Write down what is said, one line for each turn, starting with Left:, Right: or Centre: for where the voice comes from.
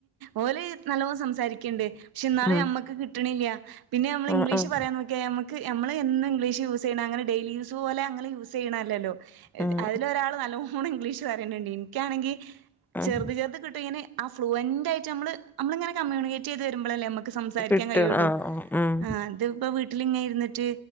Right: ഓല് നല്ലോം സംസാരിക്ക്‌ണ്ട് പക്ഷെ ഇന്നാലും
Centre: ഉം
Right: ഞമ്മക്ക് കിട്ട്ണില്ല പിന്നെ നമ്മള്
Centre: ഉം
Right: ഇംഗ്ലീഷ്
Centre: ഉം
Right: പറയാൻ നോക്കിയ ഞമ്മക്ക് നമ്മള് എന്നും ഇംഗ്ലീഷ് യൂസ് ചെയ്യണ അങ്ങനെ ഡെയിലി യൂസ് പോലെ അങ്ങനെ യൂസ് ചെയ്യണല്ലല്ലോ <unintelligible>
Centre: ഉം
Right: അതിലൊരാള് നല്ലോം ണം ഇംഗ്ലീഷ് പറയുന്നുണ്ട് ഇനിക്കാണെങ്കി
Centre: ഉം
Right: ചെറുത് ചെറുത് കിട്ടും ഇങ്ങെനെ ആ ഫ്ലുവന്റായിട്ട് നമ്മള് നമ്മളിങ്ങനെ കമ്മ്യൂണിക്കേറ്റ് ചെയ്ത് വെരുമ്പളല്ലേ നമ്മക്ക് സംസ് സംസാരിക്കാൻ
Centre: കിട്ടും
Right: കഴിയൂള്ളൂ
Centre: ആഹ് ഉം ഉം
Right: ആഹ് ഇത്പ്പോ വീട്ടില് ഇങ്ങനെ ഇര് ന്നിറ്റ്